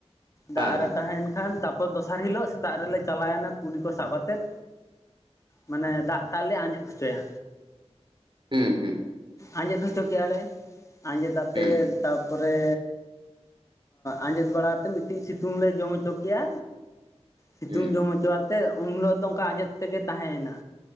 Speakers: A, on the right; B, on the left.
A: ᱦᱮᱸ
B: ᱫᱟᱜ
A: ᱦᱮᱸ
B: ᱨᱮ ᱛᱟᱦᱮᱭᱮᱱ ᱠᱷᱟᱱ ᱛᱟᱯᱼᱼ ᱯᱚᱨ ᱫᱚᱥᱟᱨ ᱦᱤᱞᱳᱜ ᱥᱮᱛᱟᱜ ᱨᱮᱞᱮ ᱪᱟᱞᱟᱭᱮᱱᱟ ᱠᱩᱰᱤ ᱠᱚ ᱥᱟᱵ ᱟᱛᱮᱫ᱾ ᱢᱟᱱᱮ ᱫᱟᱜᱴᱟᱜ ᱞᱮ ᱟᱡᱮᱫ ᱦᱚᱪᱚᱭᱟ᱾
A: ᱦᱩᱸ ᱦᱩᱸ᱾
B: ᱟᱸᱡᱮᱫ ᱦᱚᱪᱚ ᱠᱮᱭᱟ ᱞᱮ ᱟᱡᱮᱫ ᱟᱛᱮ
A: ᱦᱩᱸ
B: ᱛᱟᱼᱼ ᱯᱚᱨᱮ ᱟᱸᱡᱮᱫ ᱵᱟᱲᱟ ᱟᱛᱮ ᱢᱤᱱᱴᱤᱡ ᱥᱤᱛᱩᱝ ᱞᱮ ᱡᱚᱢ ᱦᱚᱪᱚ ᱠᱮᱭᱟ᱾ ᱥᱤᱛᱩᱝ
A: ᱦᱩᱸ
B: ᱡᱚᱢ ᱦᱚᱪᱚ ᱟᱛᱮᱫ ᱩᱱ ᱦᱤᱞᱳᱜ ᱫᱚ ᱚᱱᱠᱟ ᱟᱸᱡᱮᱫ ᱛᱮᱜᱮ ᱛᱟᱦᱮᱸᱭᱮᱱᱟ᱾